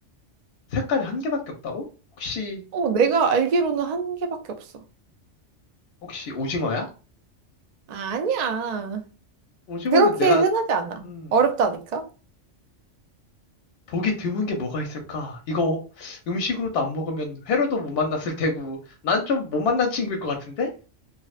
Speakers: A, on the left; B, on the right.
A: 색깔이 한 개밖에 없다고? 혹시
B: 어, 내가 알기로는 한 개밖에 없어.
A: 혹시 오징어야?
B: 아, 아니야.
A: 오징어는
B: 그렇게
A: 내가
B: 흔하지 않아.
A: 음
B: 어렵다니까?
A: 보기 드문 게 뭐가 있을까? 이거 음식으로도 안 먹으면 회로도 못 만났을 테고 난 좀 못 만난 친구일 것 같은데